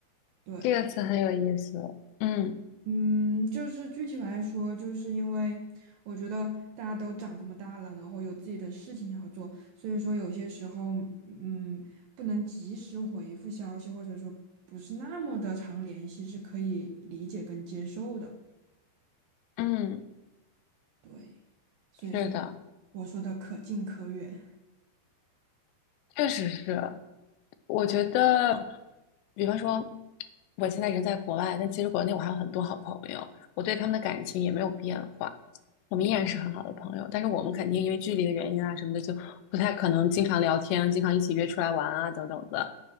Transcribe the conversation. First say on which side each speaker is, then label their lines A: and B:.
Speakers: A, on the right (about 65°); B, on the left (about 80°).
A: 对，
B: 这个词很有意思。嗯
A: 嗯，就是具体来说，就是因为我觉得大家都长这么大了，然后有自己的事情要做，所以说有些时候，嗯，不能及时回复消息，或者说不是那么的常联系，是可以理解跟接受的。
B: 嗯，
A: 对，所以这
B: 是的，
A: 我说的可近可远。
B: 确实是。我觉得，比方说，我现在人在国外，但其实国内我还有很多好朋友，我对他们的感情也没有变化。我们依然是很好的朋友，但是我们肯定因为距离的原因啊什么的，就不太可能经常聊天，经常一起约出来玩啊等等的。